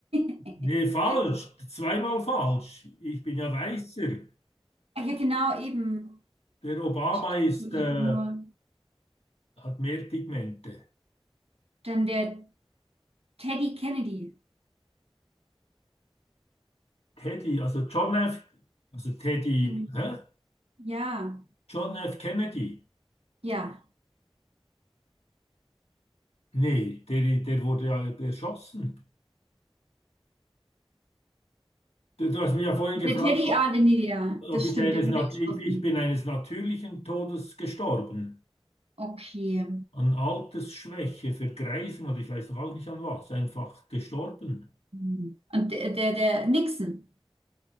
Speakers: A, on the right; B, on the left.
A: <laughs>
B: Nee, falsch. Zweimal falsch. Ich bin ja weißer.
A: Ah, Ja, genau, eben.
B: Der Obama
A: Schaut
B: ist,
A: einfach
B: äh,
A: nur.
B: hat mehr Pigmente.
A: Dann der Teddy Kennedy.
B: Teddy, also John F., also Teddy,
A: Den-
B: hä?
A: Ja,
B: John F. Kennedy.
A: ja.
B: Nee, der, der wurde ja erschossen. Du, du hast mich ja vorhin
A: Der
B: gefragt,
A: Teddy,
B: ob,
A: ah, den, ja,
B: ob
A: das
B: ich
A: stimmt,
B: eines,
A: der wurde
B: nat-
A: erschossen.
B: ich, ich bin eines natürlichen Todes gestorben.
A: Okay.
B: An Altersschwäche, Vergreisung und ich weiß noch auch nicht an was. Einfach gestorben.
A: Hm. Und der, der, der Nixon.